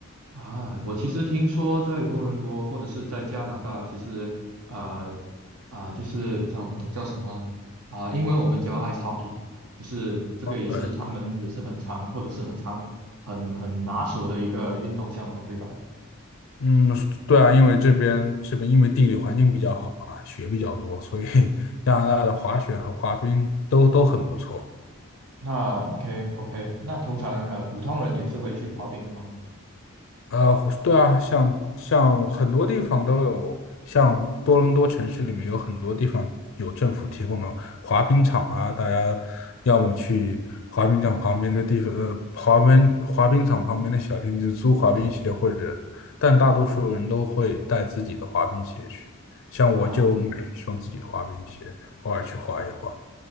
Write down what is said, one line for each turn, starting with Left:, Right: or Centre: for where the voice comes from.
Right: 啊，我其实听说在多伦多或者是在加拿大，其实啊啊、就是叫叫什么啊、英文我们叫 ice hockey，就是这个也是他们也是很常或者是很常很很拿手的一个运动项目，
Left: 对，
Right: 对吧？
Left: 嗯，对啊，因为这边这边因为地理环境比较好嘛，雪比较多，所以 <laughs> 加拿大的滑雪和滑冰都都很不错。
Right: 那 OK OK，那通常呃普通人也是会去滑冰的吗？
Left: 呃，对啊，像像很多地方都有，像多伦多城市里面有很多地方有政府提供的滑冰场啊，大家要么去滑冰场旁边的地方，呃，滑冰滑冰场旁边的小店去租滑冰鞋，或者，但大多数人都会带自己的滑冰鞋去，像我就买一双自己的滑冰鞋，
Right: 啊，
Left: 偶尔去滑一滑。